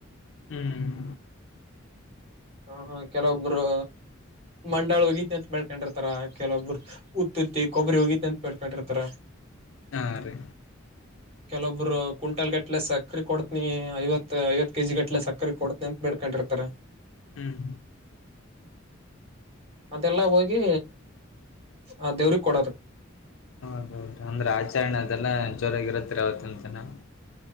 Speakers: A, on the left; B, on the right.
A: ಹ್ಮ್
B: ಹ ಹ ಕೆಲವೊಬ್ರು ಮಂಡಾಳ್ ಹೋಗಿತಿ ಅಂತ್ ಬೆಡ್ಕಂಡಿರ್ತಾರ, ಕೆಲ್ವೊಬ್ರು ಉತ್ ಉತ್ತಿ ಕೊಬ್ರಿ ಹೋಗಿತಿ ಅಂತ್ ಬೆಡ್ಕಂಡಿರ್ತಾರ
A: ಹಾ ರಿ
B: ಕೆಲವೊಬ್ರು ಕ್ವಿಂಟಲ್ ಗಟ್ಲೆ ಸಕ್ರೆ ಕೊಡ್ತನಿ, ಐವತ್ ಐವತ್ ಕೆ ಜಿ ಗಟ್ಲೆ ಸಕ್ರೆೆ ಕೊಡ್ತಿನಿ ಅಂತ್ ಬಿಡ್ಕೊಂಡಿರ್ತಾರೆ
A: ಹ್ಮ್
B: ಅದೆಲ್ಲಾ ಹೋಗಿ ಆ ದೇವ್ರಿಗ್ ಕೊಡೋದು.
A: ಹೌದೌದ್ ಅಂದ್ರೆ ಆಚರಣೆ ಅದೆಲ್ಲಾ ಜೋರಾಗಿರುತ್ರಿ ಅವತ್ತೊಂದ್ ದಿನ